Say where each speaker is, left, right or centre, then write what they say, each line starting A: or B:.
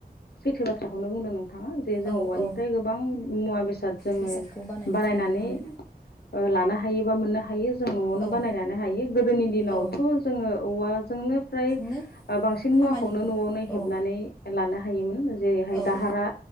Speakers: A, on the left; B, on the left.
A: सैथो बाथ्राखौनो बुंदों नों थाङा जे जों
B: औ
A: औवानिफ्राय
B: औ
A: गोबां मुवा बेसाद जोङो
B: बेसादखौ बानायनायखौ
A: बानायनानै
B: नुनो मोनो
A: लानो हायो बा मोननो हायो। न'आवनो
B: औ
A: बानायनानै हायो गोदोनि दिनावथ'
B: औ
A: जोङो औवाजोंनो फ्राय
B: नो
A: बांसिन
B: खामानिखौ
A: मुवाखौनो न'आवनो हेबनानै
B: औ
A: लानो हायोमोन। जेरैहाय
B: औ
A: दाहारा